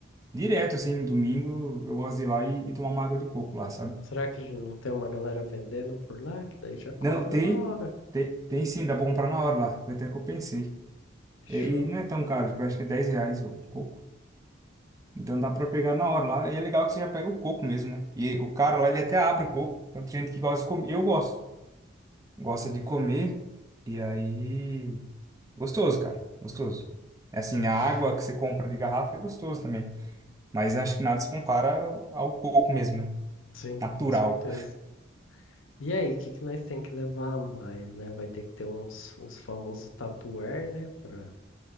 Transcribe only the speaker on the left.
Será que não tem uma galera vendendo por lá? Que daí já compra
na hora.
Fechou?
Fechou.
Sim,
com certeza. E aí, o que que nós tem que levar a mais, né? Vai ter que ter uns, os famosos Tupperware, né? Pra,